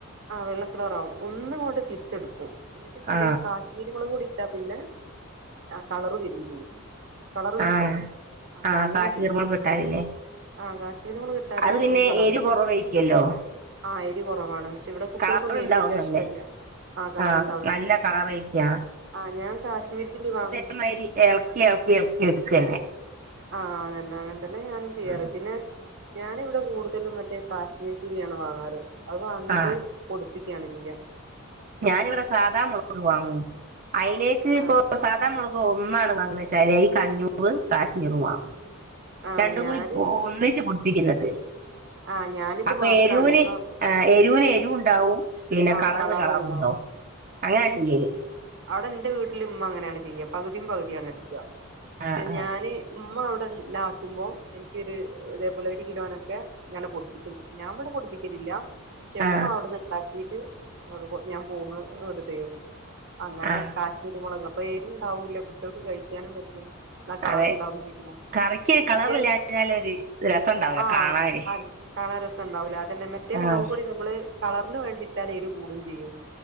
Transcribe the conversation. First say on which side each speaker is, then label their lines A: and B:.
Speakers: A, on the right; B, on the right.
A: ആഹ് വെള്ളകളറാവും ഒന്ന് പോയിട്ട് തിരിച്ചിട്ക്കും ന്ന്ട്ട് പിന്നെ
B: ആ
A: കാഷ് കരുമുളകൂടി ഇട്ടാ പിന്നെ കളർ വരും ചെയ്യും കളറ് കിട്ടും
B: ആ
A: അപ്പൊ
B: ആ
A: അങ്ങനെ
B: കാശ്മീർ
A: ചെയ്
B: മുളക് ഇട്ടാലല്ലേ
A: ആഹ് കാശ്മീരി മൊളകിട്ടാല്
B: അത് പിന്നെ
A: ഒരു കളറ്
B: എരിവ്
A: കിട്ടു
B: കുറവയ്ക്കല്ലോ
A: ആഹ് എരി കുറവാണ് ഇവിടെ കുട്ടികൾക്കൊന്നും
B: കളർ ഉണ്ടാവുന്നല്ലേ
A: എരിവ് വല്യ ഇഷ്ടല്ല ആഹ് കളർണ്ട്
B: ആ നല്ല കളർ ഒഴിക്കുക
A: ആഹ് ഞാൻ കാശ്മീരി ചില്ലിവാങ്ങി
B: ഇമ്മാരി എളക്കി എളക്കി എളക്കി ഇഡ്ക്കന്നേ
A: ആഹ് അതന്നെ അങ്ങനത്തന്നെ ഞാനും ചെയ്യാറ്
B: ഉം.
A: പിന്നെ ഞാനിവിടെ കൂടുതലും മറ്റേ കാശ്മീർ ചില്ലിയാണ് വാങ്ങാറ് അത് വാങ്ങീട്ട്
B: ആ
A: പൊടിപ്പിക്കാണ് ചെയ്യാ
B: ഞാനിവിടെ സാദാ മുളക് വാങ്ങും അയ്ലേക്ക് ഇപ്പൊ
A: ആഹ്
B: സദാമുളക് ഒന്നാണ് വാങ്ങുന്നത് വെച്ചാല് ഈ അതിക്ക് അഞ്ഞൂർ കാശ്മീറും വാങ്ങും പ
A: ആഹ്
B: രണ്ടും
A: ഞാനും
B: കൂടി ഒന്നിച്ച് പടിപ്പിക്കുന്നത്
A: ആഹ് ഞാനിത്
B: അപ്പൊ
A: മാത്രാണ്
B: എരൂന്
A: ഇപ്പൊ
B: ആഹ് എരുന് എരുണ്ടാവും പിന്നെ
A: ആഹ്
B: കളറിന്
A: കളറും
B: കളറുംണ്ടാവും
A: ഉണ്ടാവും
B: അങ്ങനെ ചെയ്യല്
A: അവിടെ എന്റെ വീട്ടില് ഇമ്മ അങ്ങനെയാണ് ചെയ്യ പകുതിയും പകുതിയാണ് എടുക്ക പക്ഷെ
B: ആ ആ
A: ഞാന് ഉമ്മ അവിടെ ഉണ്ടാക്കുമ്പോ എനിക്കൊരു ഇതേപോലെ ഒരു കിലോനൊക്കെ ഇങ്ങനെ പൊട്ടിച്ചു ഞാൻ ഇവിടെ പൊടിപ്പിക്കലില്ല ക്ഷമ്മ
B: ആ
A: അവിടുന്ന് ഉണ്ടാക്കീട്ട് ഞാൻ പോന്ന് ഇങ്ങട്ട് തരും അങ്ങനെ
B: ആ
A: കാഷ രുമുളക് അപ്പൊ എരുണ്ടാവൂല കുട്ടികൾക്ക് കഴിക്കാനും പറ്റും എന്ന കളർണ്ടാവും
B: അതെ
A: ചെയോ
B: കറിക്ക് കളറില്ലാഞ്ഞാൽ
A: മറ്റേ
B: ഒരു രസം ഉണ്ടാവൂല
A: ആഹ്
B: കാണാന്
A: ആഹ് കാണാ രസംണ്ടാവില്ല അതന്നെ മറ്റേ
B: ആഹ്
A: മുളക് പൊടി നമ്മള് കളറിന് വേണ്ടിയിട്ടാല എര് കൂടും ചെയ്യും